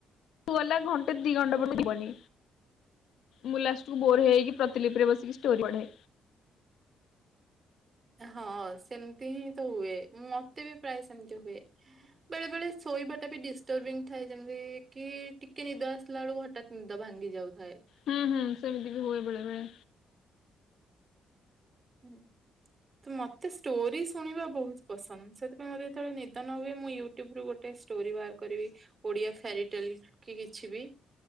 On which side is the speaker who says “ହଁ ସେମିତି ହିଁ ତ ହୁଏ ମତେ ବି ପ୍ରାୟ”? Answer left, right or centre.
Right